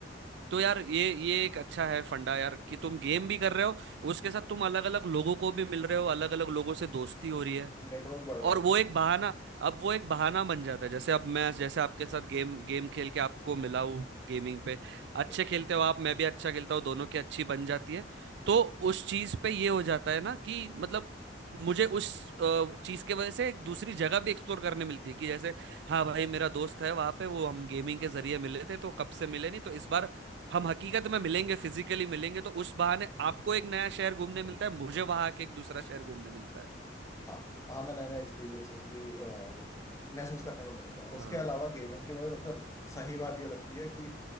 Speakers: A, on the right; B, on the left.
A: तो यार ये ये एक अच्छा है फंडा यार कि तुम गेम भी कर रहे हो उसके साथ तुम अलग अलग लोगों को भी मिल रहे हो अलग अलग लोगों से दोस्ती हो रही है
B: नेटवर्क बढ़ रहा
A: और वो एक बहाना अब वो एक बहाना बन जाता है जैसे अब मैं जैसे आपके साथ गेम गेम खेल के आपको मिला हूँ गेमिंग पे अच्छे
B: है
A: खेलते हो आप मैं भी अच्छा खेलता हूँ दोनों की अच्छी बन जाती है तो उस चीज पे ये हो जाता है ना कि मतलब मुझे उस चीज के वजह से एक दूसरी जगह भी एक्सप्लोर करने मिलती है कि जैसे हाँ भाई मेरा दोस्त है वहां पे वो हम गेमिंग के जरिए मिले थे तो कब से मिले नहीं तो इस बार हम हकीकत में मिलेंगे फिजिकली मिलेंगे तो उस बहाने आपको एक नया शहर घूमने मिलता है मुझे वहां के एक दूसरा शहर घूमने मिलता है
B: हाँ हाँ मैं नए नए एक्सपीरियंसेस भी अ, like, महसूस करने को मिलते हैं
A: हाँ
B: उसके अलावा गेमिंग की मुझे सबसे सही बात ये लगती है कि